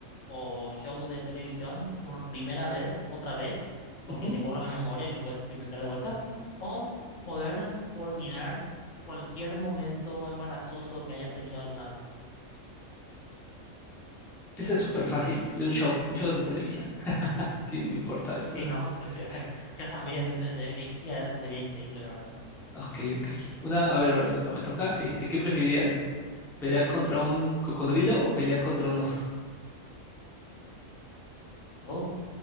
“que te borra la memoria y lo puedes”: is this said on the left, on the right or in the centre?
Left